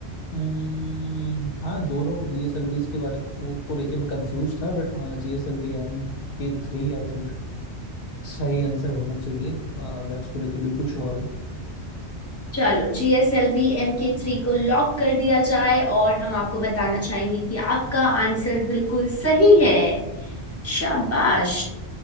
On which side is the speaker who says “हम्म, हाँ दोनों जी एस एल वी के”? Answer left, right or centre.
Left